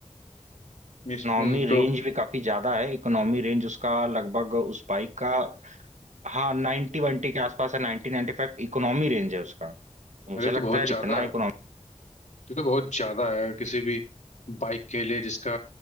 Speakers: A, on the left; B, on the right.
A: मिस-
B: इकोनॉमी
A: हम्म
B: रेंज
A: तो
B: भी काफी ज्यादा है इकोनॉमी रेंज उसका लगभग उस बाइक का हाँ नाइन्टी वाइन्टी के आसपास है ninety ninety five economy range है उसका तो मुझे
A: अरे
B: लगता
A: तो बहुत
B: है यार
A: ज्यादा
B: इतना
A: है
B: इकोनॉमी
A: ये तो बहुत ज्यादा है किसी भी बाइक के लिए जिसका